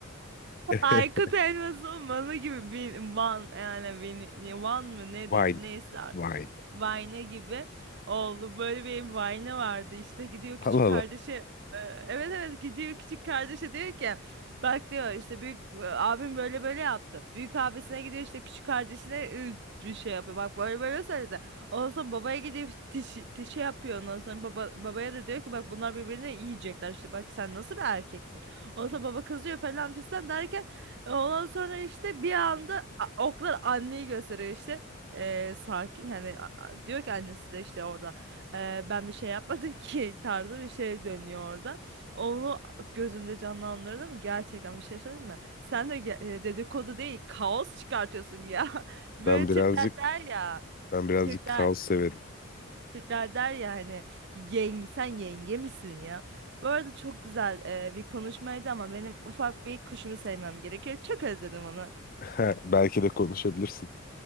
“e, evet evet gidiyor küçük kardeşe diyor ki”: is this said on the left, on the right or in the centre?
Right